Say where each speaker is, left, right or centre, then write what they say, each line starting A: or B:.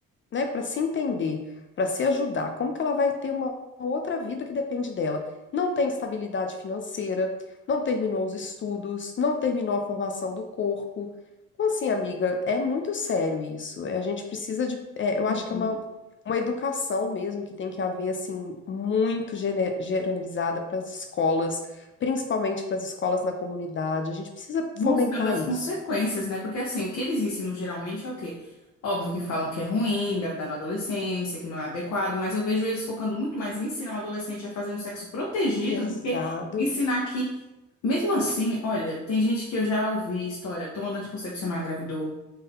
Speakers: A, on the left (about 40°); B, on the left (about 65°).
A: né, para se entender, para se ajudar, como que ela vai ter uma outra vida que depende dela? Não tem estabilidade financeira, não terminou os estudos, não terminou a formação do corpo. Então, assim, amiga, é muito sério isso. É, A gente precisa de, é, eu acho que
B: Uhum.
A: é uma, uma educação mesmo que tem que haver, assim, muito gene- generalizada para as escolas, principalmente para as escolas na comunidade. A gente precisa
B: Mostrando
A: fomentar
B: as
A: isso.
B: consequências, né? Porque assim, o que eles ensinam geralmente é o quê? Óbvio que falam que é ruim, engravidar na adolescência, que não é adequado, mas eu vejo eles focando muito mais em ensinar o adolescente a fazer um sexo protegido
A: Exato.
B: do que ensinar que, mesmo assim, olha, tem gente que eu já ouvi história, tomando anticoncepcional engravidou